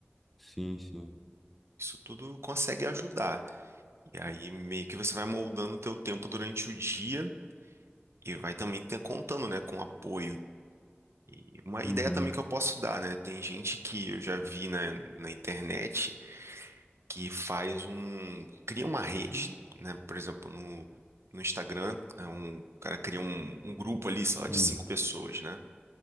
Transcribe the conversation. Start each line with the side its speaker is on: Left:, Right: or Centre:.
Centre: Sim, sim.
Right: Isso tudo consegue ajudar. E aí meio que você vai moldando o teu tempo durante o dia e vai também ter, contando, né, com apoio. E uma ideia
Centre: Uhum,
Right: também que eu posso dar, né? Tem gente que eu já vi na, na internet que faz um, cria uma rede, né? Por exemplo, no, no Instagram, né? Um, o cara cria um, um grupo ali, sei lá, de
Centre: uhum,
Right: cinco pessoas, né?